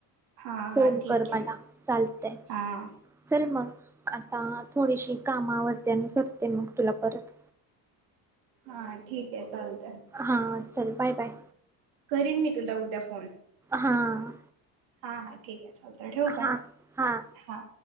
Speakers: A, on the right; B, in the centre.
A: हा
B: फोन
A: हा ठीक
B: कर
A: आहे
B: मला चालतय
A: हा
B: चल मग आता थोडीशी कामावर त्यानंतर, ते मग तुला परत,
A: हा ठीक आहे चालत
B: हा. चल बाय, बाय.
A: करीन, मी तुला उद्या फोन
B: हां.
A: हा हा ठीक आहे. चालतयं ठेवु
B: हां
A: का?
B: हां
A: हा